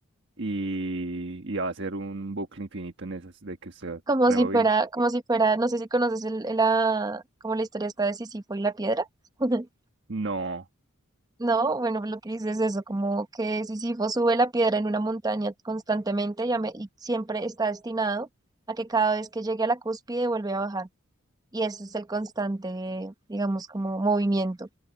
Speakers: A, on the right; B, on the right.
A: y, y va a ser un bucle infinito en esas de que usted
B: Como
A: rebobine.
B: si fuera, como si fuera, no sé si conoces el- el- la, como la historia está de Sísifo y la piedra. <laughs>
A: No,
B: No, bueno, lo que dices es eso, como que Sísifo sube la piedra en una montaña constantemente y, a me- y siempre está destinado a que cada vez que llegue a la cúspide vuelve a bajar. Y ese es el constante, digamos, como movimiento